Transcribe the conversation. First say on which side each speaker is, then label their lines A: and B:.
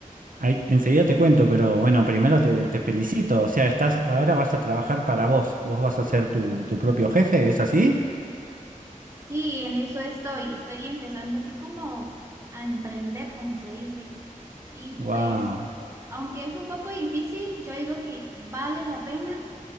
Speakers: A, on the right; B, on the right.
A: Ahí, enseguida te cuento, pero bueno, primero te, te felicito, o sea, estás, ahora vas a trabajar para vos, vos vas a ser tu, tu propio jefe, ¿es así?
B: Sí, en eso estoy. Estoy empezando así como a emprender, como se dice. Y
A: ¡Wow!
B: pues, aunque es un poco difícil, yo digo que vale la pena